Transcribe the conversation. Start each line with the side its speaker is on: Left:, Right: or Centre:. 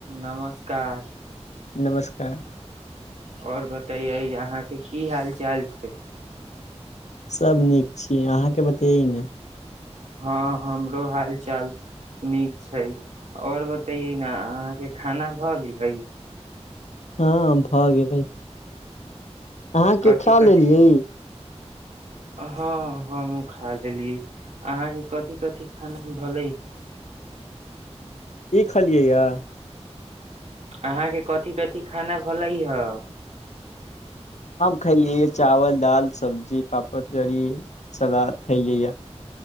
Right: नमस्कार
Left: नमस्कार
Right: आओर बात तऽ य अहाँके की हाल चाल छै
Left: सब नीक छी अहाँके बतैैयो ने
Right: हँ हमरो हाल चाल नीक छै आओर बतैयै ने अहाँके खाना भऽ गेलै
Left: ह भ गेलै अहाँके
Right: कथि
Left: खा
Right: कथि
Left: लेलियै
Right: हँ हमू खा लेली अहाँके कथि कथि खाना भेलै
Left: की खलियै यए
Right: अहाँके कथी- कथि खाना भेले हे
Left: हम खायलिय चावल, दालि, सब्जी पापड़ जरी सलाद खइलैय